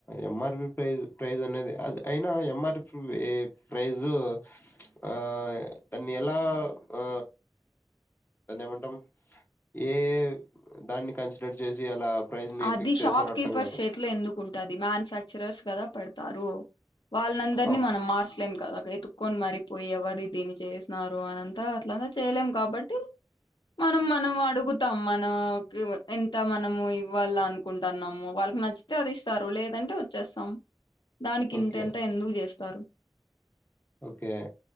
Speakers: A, on the left (about 25°); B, on the left (about 70°).
A: ఎంఆర్పి ప్రై ప్రైజ్ అనేది అది అయినా ఎంఆర్పి ప్రైజు ఆ దాన్ని ఎలా ఆ దాన్ని ఏమంటాం ఏ దాన్ని కన్సిడర్ చేసి అలా ప్రైజ్‌ని
B: అది
A: ఫిక్స్
B: షాప్కీపర్
A: చేస్తారో అర్థం కాదు.
B: షేట్లో ఎందు ఉంటది మ్యానుఫాక్చరర్స్ కదా పెడతారు వాళ్ళందరినీ
A: అ
B: మనం మార్చలేం కదా వెతుక్కొని మరిపోయి ఎవరు దీన్ని చేసినారు అనంతా అట్లంతా చేయలేం కాబట్టి మనం మనం అడుగుతాం మనం ఎంత మనము వాళ్ళ అనుకుంటున్నాము వాళ్ళకి నచ్చితే అది ఇస్తారు లేదంటే వచ్చేస్తాం దానికి
A: ఓకే.
B: ఇంతెంత ఎందుకు చేస్తారు
A: ఓకే